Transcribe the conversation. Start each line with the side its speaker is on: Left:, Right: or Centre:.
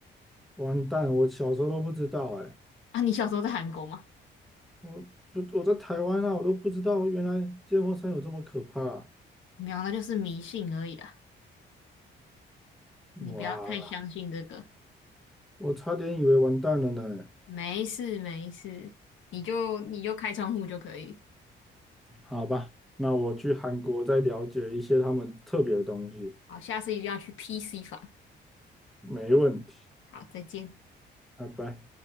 Centre: 完蛋！我小时候都不知道哎、
Left: 啊？你小时候在韩国吗？
Centre: 我就我在台湾啊，我都不知道原来芥末山有这么可怕啊。
Left: 没有，那就是迷信而已啦。你不要太相信这个，
Centre: 哇，我差点以为完蛋了呢。
Left: 没事没事，你就你就开窗户就可以。
Centre: 好吧，那我去韩国再了解一些他们特别的东西，
Left: 好，下次一定要去 PC 房。
Centre: 没问题，
Left: 好，再见。
Centre: 拜拜。